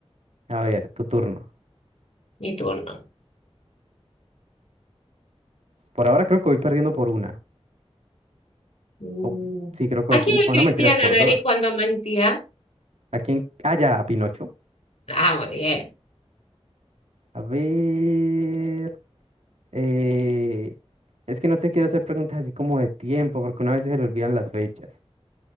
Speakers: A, on the right (about 85°); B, on the left (about 75°).
A: A ver, tu turno.
B: Mi turno.
A: Por ahora creo que voy perdiendo por una.
B: Mm.
A: O- sí, creo que
B: ¿A
A: voy,
B: quién le
A: o
B: crecía
A: no, mentiras, por
B: la nariz
A: dos.
B: cuando mentía?
A: ¿A quién? Ah, ya, a Pinocho.
B: Ah, muy bien.
A: A ver. eh, es que no te quiero hacer preguntas así como de tiempo, porque una vez se le olvidan las fechas.